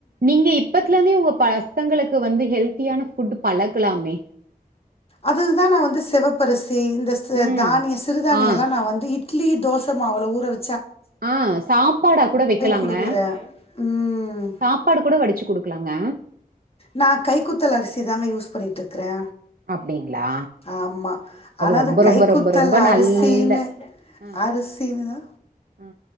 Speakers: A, on the right; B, on the left.
A: நீங்க இப்பத்துலருந்தே உங்க பசங்களுக் கு வந்து ஹெல்த்தியான ஃபுட் பழக்கலாமே
B: அதுக்குதா நா வந்து செவப்பு அரி சி இந்த ச
A: ம்
B: தானியோ சிறுதானியோ
A: ஆ
B: எல்லா நா வந்து இ ட்லி தோச மாவுல ஊற வ
A: ஆஹ் சாப்பாடா கூட வைக்கலாங்க
B: குடுக்குறே ம்
A: சாப்பாடு கூட வடிச்சு குடுக்கலாங்க
B: நா கைக்குத்தல் அரிசிதாங்க யூஸ் பண்ணிட்டு இருக்கறே
A: அப்டிங்களா
B: ஆமா ஆனா
A: ரொம்ப
B: அது கைக்குத்தல்
A: ரொம்ப ரொம்ப ரொம்ப நல்ல
B: அரிசினு
A: ஆ
B: அரிசினுதா
A: ஆ